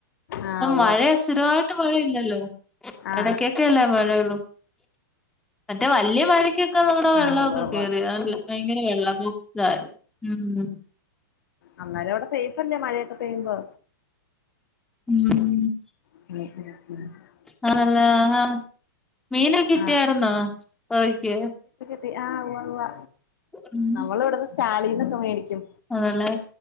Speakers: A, on the left; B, in the centre.
A: ആ
B: സം
A: ഉവ്വ
B: മഴ
A: ഉവ്വ
B: സ്ഥിരമായിട്ട് മഴയില്ലല്ലോ
A: ആ
B: ഇടക്ക ക്കെല്ലേ മഴയളും മറ്റേ വല്ല്യ മഴക്കൊക്കെ നമ്മടെ വെള്ളക്കെ
A: ആ ഉവ്വ ഉവ്വ
B: കേറിയാണല്ലോ. ഭയങ്കര വെള്ള പൊത്താര് ഉം.
A: അന്നേരവിടെ സേഫല്ലേ മഴയൊക്കെ പെയ്യുമ്പോ.
B: ഉം.
A: <inaudible>
B: ആണല്ല ഹ മീന കിട്ടിയിര്ന്നോ
A: ആ
B: ഒഴക്ക്.
A: പി ആഹ് ഉവ്വ ഉവ്വ
B: ഉം
A: നമ്മളിവിടന്ന് സ്റ്റാലീന്നൊക്കെ മേടിക്ക്യും.
B: ആണല്ലേ.